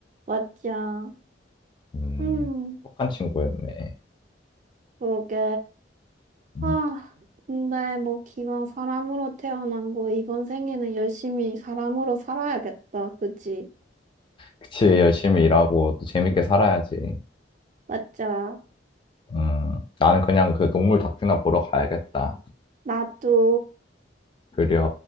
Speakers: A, on the right; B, on the left.
A: 맞아.
B: 음,
A: 응,
B: 똑똑한 친구였네.
A: 그러게.
B: 음,
A: 아, 근데 뭐 기왕 사람으로 태어난 거 이번 생에는 열심히 사람으로 살아야겠다. 그지?
B: 그치, 열심히 일하고 또 재밌게 살아야지.
A: 맞아.
B: 음, 나는 그냥 그 동물 다큐나 보러 가야겠다.
A: 나도.
B: 그려.